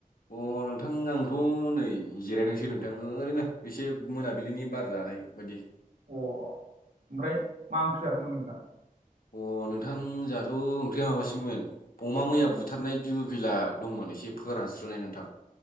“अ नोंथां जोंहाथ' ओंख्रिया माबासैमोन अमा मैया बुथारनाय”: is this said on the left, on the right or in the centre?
Left